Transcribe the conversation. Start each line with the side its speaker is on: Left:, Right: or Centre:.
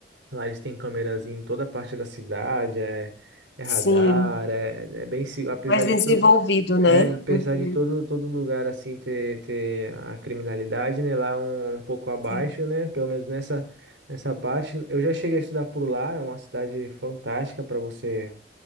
Right: Lá eles têm câmeras em toda parte da cidade, é, é radar,
Left: Sim.
Right: é, é bem, se- apesar
Left: Mais
Right: de
Left: desenvolvido,
Right: tudo.
Left: né?
Right: É, apesar
Left: Uhum.
Right: de todo, todo lugar assim ter, ter a criminalidade, né, lá um, um pouco abaixo,
Left: É.
Right: né, pelo menos nessa, nessa parte. Eu já cheguei a estudar por lá, é uma cidade fantástica para você